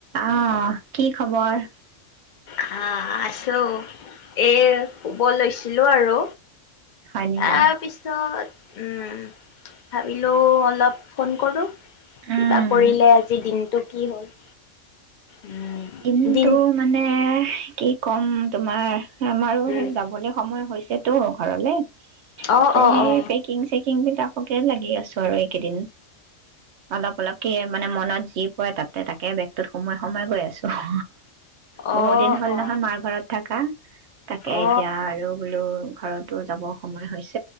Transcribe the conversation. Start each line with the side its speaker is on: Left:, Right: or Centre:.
Right: আহ কি খবৰ
Left: হা আছো এ শুব লৈছিলো আৰু
Right: হয় নেকি
Left: তাৰ পিছত ভাবিলোঁ অলপ ফোন কৰোঁ
Right: উম
Left: কিবা কৰিলে আজি দিনটো কি হ'ল উম
Right: কিন্তু
Left: দিন
Right: মানে কি ক'ম তোমাৰ আমাৰো
Left: উম
Right: সে যাবলৈ সময় হৈছে সেইটো ঘৰলে
Left: অ
Right: ত
Left: অ
Right: সেই
Left: অ
Right: পেকিং চেকিং বিলাক সকে লাগি আছো আৰু এইকেইদিন অলপ অলপ কি মানে মনত যি পৰে তাতে তাকে ব তত সোম সোমই গৈ আছো অ বহুত
Left: অ অ
Right: দিন হ'ল
Left: অ
Right: নহয় মাৰ ঘৰত থাকা তাকে
Left: অ
Right: এতিয়া আৰু বোলো ঘৰতো যাবৰ সময় হৈছে